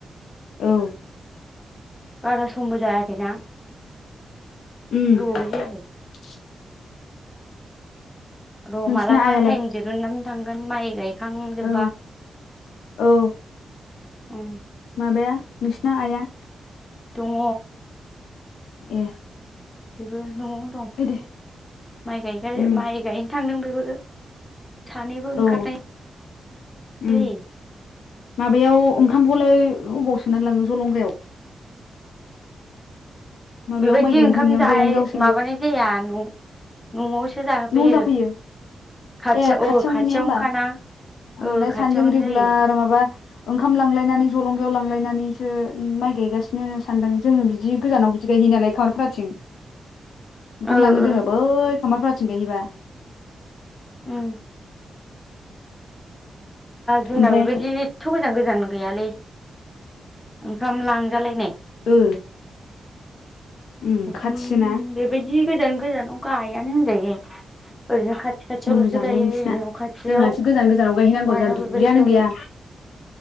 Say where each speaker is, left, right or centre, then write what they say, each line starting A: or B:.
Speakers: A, on the left; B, on the left.
A: औ।
B: बारा समबो जायाखैना।
A: उम्म।
B: गोबावबो जायाखै र'
A: नोंसिना
B: माला बा
A: आइयालाय
B: थाइम दिहुननानै थांगोन माइ गाय खांजोबा
A: औ औ
B: उम्म।
A: माबाया नोंसिना आइया
B: दङ।
A: ए।
B: बेबो न'आवनो दं
A: ओइ दे
B: माइ गाय गाय
A: उम
B: माइ गायनो थांदोंमो बेबो सानैबो ओंखारनाय
A: औ उम
B: जायो
A: माबायाव ओंखामखौलाय अबाव सोनानै लाङो जलंगायाव माबायाव
B: बेबायदि
A: माइ गायनो
B: ओंखाम
A: थांनायाव
B: जाय
A: जलंगायाव सोयो
B: माबानाय जाया न'आव सो जाहोफैयो
A: न' जाफैयो
B: खाथियाव
A: ए खाथियावनो
B: ओ खाथियावनोखाना
A: ने होमबा आंहालाय
B: ओ खाथियावनो
A: सानदों रेगुलार
B: जायो
A: माबा ओंखाम लांलायनानै जलंगायाव लांलायनानैसो माइ गायगासिनो बिनो सानदों जोङो बिदि गोजानाव बिदि गायहैयो नालाय खामारफारथिं ओंखाम
B: ओ
A: लाङो
B: ओ
A: जोङो बै खामारफाराथिं गायहैबा
B: उम जोंना
A: ओमफ्राय
B: बेबायदि एथ' गोजान गोजान गैयालै ओंखाम लांजालायनाय
A: ओ उम
B: ओंखाम
A: खाथिसोना
B: बेबायदि गोजान गोजानाव गायानो होनजायो ओरैनो खाथि खाथि खाथियावल'सो
A: मोजांलै
B: गायो
A: नोंसिना
B: न' खाथियाव
A: जोंनासो गोजान गोजानाव गायहैनांगौ
B: मायाव
A: जोंहा दुब्लियानो
B: बेबायदियावल'
A: गैया